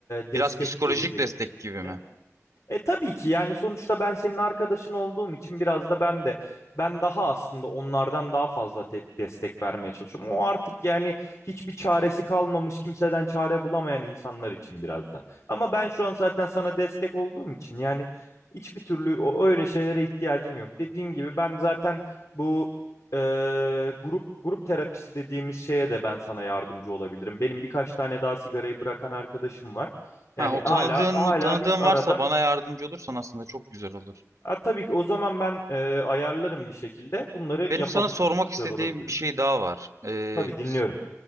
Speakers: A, on the left; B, on the right.
A: destek
B: Biraz psikolojik
A: verecek
B: destek
A: bir şekilde.
B: gibi mi?
A: E tabii ki yani sonuçta ben senin arkadaşın olduğum için biraz da ben de ben daha aslında onlardan daha fazla te- destek vermeye çalışıyorum. O artık yani hiçbir çaresi kalmamış kimseden çare bulamayan insanlar için biraz da. Ama ben şu an zaten sana destek olduğum için yani hiçbir türlü o öyle şeylere ihtiyacın yok. Dediğin gibi ben zaten bu e, grup grup terapisi dediğimiz şeye de ben sana yardımcı olabilirim. Benim birkaç tane daha sigarayı bırakan arkadaşım var.
B: Ha,
A: Yani
B: o tanıdığın
A: hala hala
B: tanıdığın
A: biz arada
B: varsa bana yardımcı olursan aslında çok güzel olur.
A: Ha, tabii ki o zaman ben e, ayarlarım bir şekilde. Bunları
B: Benim
A: yapabiliriz.
B: sana sormak
A: Güzel
B: istediğim
A: olabilir.
B: bir şey daha var. Ee,
A: Tabii dinliyorum.
B: s-